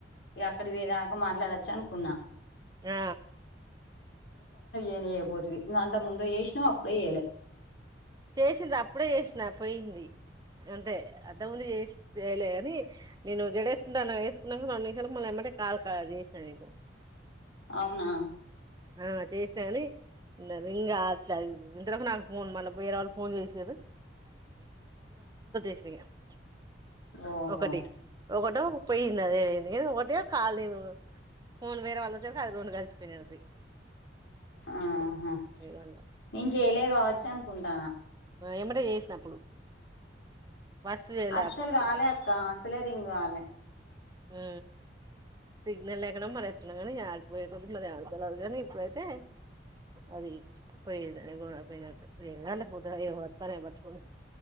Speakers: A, on the left; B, on the right.
A: అక్కడి వేదాకా మాట్లాడచ్చు అనుకున్నా
B: ఆ
A: ఏనే ఏబోద్వి నువ్ అంత ముందు ఏేస నువ్ అప్పుడుే ఏేలే
B: చేసింది అప్పుడే చేసిన పోయింది అంతే అద్దముంది చేసి వయలే అని నేను జడేకున్నా వేసుకున్నాక రెండు నిమిషాల మళ్ళ ఏమై కా చేసినా నీకు
A: అవునా
B: ఆ చేసినాని <unintelligible> వేరే వాళ్ళ ఫోన్ చేసి <unintelligible>
A: ఓహో
B: ఒకటి ఒకటి ఒక పోయయింది అదే పోంది ఒకటి కాాల ఫోన్ వేరే వాళ్ళచ్చ అది రెండు కలిసి పోయినది
A: ఆహా
B: దాంట్లో
A: నేను చేయలే కావచ్చు అనుకుంటానా
B: ఏమట చేసినప్పుడు ఫస్ట్ చేయలే
A: అస్సలు కాలే అక్క అసలే రింగ్ కాలే
B: ఆ సిగ్నల్ లేకుండా మరి ఎత్తన్నాం కాగాని ఆడిపోయేక మరి ఆడతలదు కానీ ఇప్పుడైతే అది పోయ పోయినట్ ఏంగాంట పోతు ఏ వస్తానే పటుకని